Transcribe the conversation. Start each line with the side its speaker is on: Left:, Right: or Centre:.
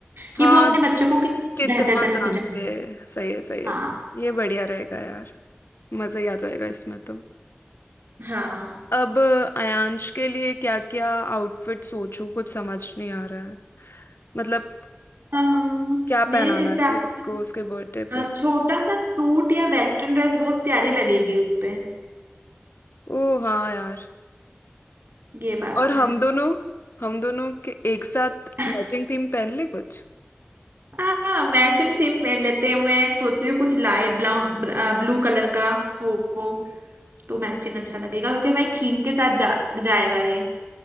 Right: कि
Left: हाँ
Right: वो अपने बच्चों को कितनी
Left: कितना
Right: बेहतर तरह
Left: जानते
Right: से जाने
Left: हैं सही है सही
Right: हाँ
Left: है ये बढ़िया रहेगा यार मजा ही आ जाएगा इसमें तो
Right: हाँ
Left: अब आयांश के लिए क्या क्या आउटफिट सोचूं कुछ समझ नहीं आ रहा है मतलब
Right: अम,
Left: क्या
Right: मेरे
Left: पहनाना
Right: हिसाब
Left: चाहिए उसको
Right: से
Left: उसके बर्थडे
Right: अ,
Left: पे
Right: छोटा सा सूट या वेस्टर्न ड्रेस बहुत प्यारी लगेगी उस पे
Left: ओ हाँ यार
Right: ये बात
Left: और
Right: तो
Left: हम दोनों हम दोनों के एक साथ
Right: है
Left: मैचिंग थीम पहन ले कुछ
Right: हाँ मैचिंग थीम पहन लेते हैं मैं सोच रही हूँ कुछ लाइट ब्राउन ब्लू कलर का हो, हो तो मैचिंग अच्छा लगेगा क्योंकि मैं थीम के साथ जा, जाएगा ये